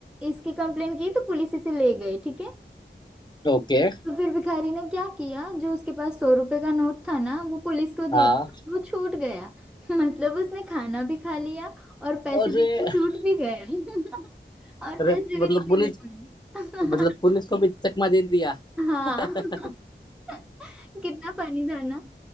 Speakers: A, in the centre; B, on the left.
A: इसकी कंप्लेन की तो पुलिस इसे ले गई ठीक है
B: ओके
A: तो फिर भिखारी ने क्या किया जो उसके पास सौ रुपए का नोट था ना वो पुलिस को दे
B: हाँ
A: दिया वो छूट गया <laughs> मतलब उसने खाना भी खा लिया और पैसे
B: अरे
A: देकर
B: <laughs>
A: छूट भी गया <laughs> और
B: अरे
A: पैसे भी
B: मतलब
A: नहीं देने
B: पुलिस
A: पड़े
B: मतलब पुलिस को भी चकमा दे दिया
A: <laughs> हाँ
B: <laughs>
A: <laughs> कितना फनी था ना